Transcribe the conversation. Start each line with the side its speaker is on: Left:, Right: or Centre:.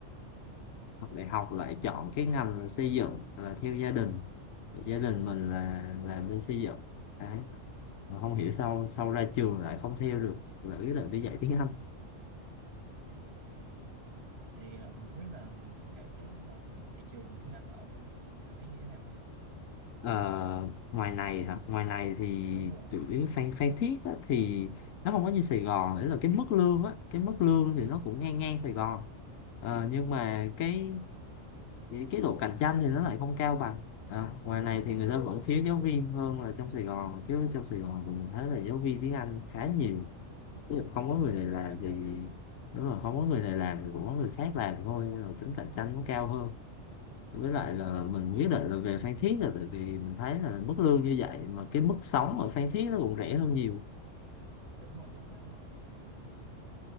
Left: học đại học lại chọn cái ngành là xây dựng là theo gia đình gia đình
Right: ừ.
Left: mình là là bên xây dựng đấy mà không hiểu sao sau ra trường lại không theo được lại quyết định đi dạy tiếng Anh
Right: Thì ờ, mình không biết là cái ờ, thị trường tiếng Anh ở bên Phan Thiết như thế nào không?
Left: Ờ, ngoài này hả? Ngoài này thì
Right: Đúng rồi.
Left: chủ yếu Phan Phan Thiết á, thì nó không có như Sài Gòn đấy là cái mức lương á cái mức lương thì
Right: Ừ,
Left: nó cũng ngang ngang Sài Gòn Ờ, nhưng
Right: ừ,
Left: mà cái cái cái độ cạnh tranh thì nó lại không cao bằng Ờ, ngoài này thì
Right: ừ.
Left: người ta vẫn thiếu giáo viên hơn là trong Sài Gòn chứ trong Sài Gòn thì mình thấy là giáo viên tiếng Anh khá nhiều Ví dụ không có
Right: Đúng
Left: người
Right: rồi,
Left: này làm
Right: cạnh tranh
Left: thì
Right: rất là cao.
Left: đúng rồi không có người này làm thì cũng có người khác làm thôi nên là tính cạnh tranh nó cao hơn với
Right: Ừ.
Left: lại là mình quyết định là về Phan Thiết là tại vì mình thấy là mức lương như vậy mà cái mức sống ở Phan Thiết nó cũng rẻ hơn nhiều
Right: Đúng rồi, chắc chắn rồi bạn. Ừ.